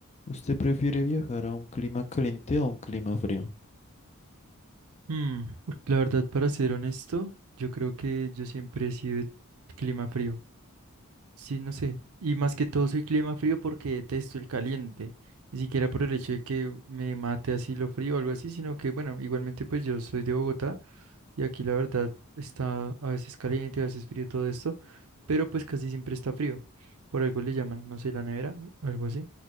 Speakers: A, on the left; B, on the right.
A: ¿Usted prefiere viajar a un clima caliente o a un clima frío?
B: Mm, la verdad, para ser honesto, yo creo que yo siempre he sido de clima frío. Sí, no sé. Y más que todo soy clima frío porque detesto el caliente. Ni siquiera por el hecho de que me mate así lo frío o algo así, sino que, bueno, igualmente pues yo soy de Bogotá y aquí la verdad está a veces caliente, a veces frío todo esto, pero pues casi siempre está frío. Por algo le llaman, no sé, la nevera o algo así.